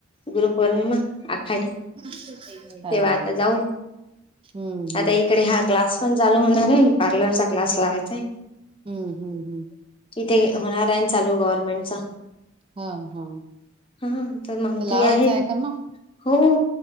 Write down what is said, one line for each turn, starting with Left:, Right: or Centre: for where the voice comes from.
Left: गुरुपौर्णिमा आखा तेव्हा
Right: ह
Left: आता
Right: ह
Left: जाऊ
Right: हम्म हम्म
Left: आता इकडे हा क्लास पण चालू होणारे पार्लरसाठी क्लास लावायचाय.
Right: हम्म हम्म हम्म.
Left: तिथे होणार आहे चालू गव्हर्मेंटचा.
Right: हा हा
Left: हा तर मग
Right: ते
Left: ती
Right: लावायचं
Left: आहे
Right: का मग?
Left: हो?